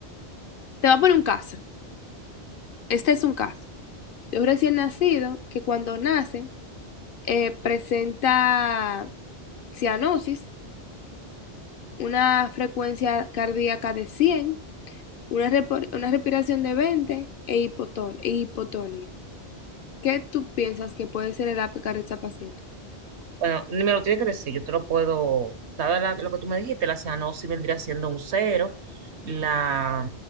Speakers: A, on the left; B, on the right.
A: Te voy a poner un caso. Este es un caso de un recién nacido que cuando nace eh, presenta cianosis, una frecuencia cardíaca de 100, una, repo- una respiración de 20 e hipoton- e hipotonía. ¿Qué tú piensas que puede ser el APGAR de esa paciente?
B: Bueno, ni me lo tienes que decir, yo te lo puedo, dada la- lo que tú me dijiste, la cianosis vendría siendo un cero, la,